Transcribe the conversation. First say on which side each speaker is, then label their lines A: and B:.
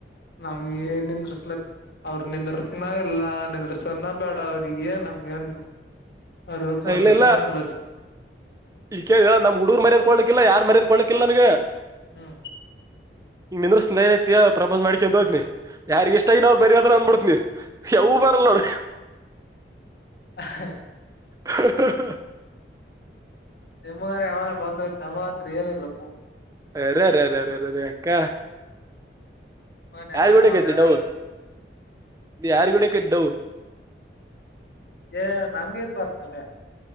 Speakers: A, on the left; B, on the right.
A: ನಮ್ಗೆ ನ್ನಂದ್ರಸ್ಲ ಅವ್ರರು ನಿಂದ್ರಕನ ಇಲ್ಲ ನಿಂದ್ರಸನ ಬೇಡ ಅವ್ರ ಏನ್ ನಮ್ಗೆ ಏನ್ ಅದು ಕೊಡ್ಲಿಕ್ರ್ಯಾ
B: ನಾ ಇಲ್ಲೆಲ್ಲ
A: ಲಾಸ್.
B: ಇಲ್ಲಿ ಕೇಳ ಹೇಳದು ನಮ್ ಹುಡುರ್ ಮರ್ಯದ್ ಕೊಡ್ಲಕ್ಕಿಲ್ಲ ಯಾರ್ ಮರ್ಯದ್ಕಡ್ಳ್ಕ್ಕಿಲ್ಲ ನನಗ.
A: ಹ.
B: ಇಂಗ್ ನಿಂದ್ರ ಸ್ತಿನಿ ಐತಿ ಪ್ರಪೋಸ್ ಮಾಡಕೊಂತೋಯ್ತನಿ ಯಾರಿಗ ಇಷ್ಟ ಇಲ್ಲ ಅವ್ರು ಬರಿಯಾದ್ರ ಅಂದ್ಬಡ್ತನಿ ಯವು ಬರ. ಎಲ್ಲ ರ.
A: ಹ.
B: ಹೂ ಹೂ.
A: ನಿಮ್ಮಗನ ಯಾವನ ಬಂದ್ಐತಿ ನಮ್ಮರತ್ರಿ ಏನಿಲ್ಲ ಪೋ.
B: ಯಾರಾರಾರಾರಾರಾರ ಅಕ್ಕಾ.
A: ಮನ್
B: ಯಾರಗಿ
A: ಯಾವನ
B: ಹೊಡಕೈತಿ
A: ಒಂದೆರಡ
B: ಡವ ಯಾರ್ಗಿ ಹೊಡಕಿತಿ ಡವು.
A: ಏ ನಮ್ಗೆರ್ ಬರ್ತಾರೆ.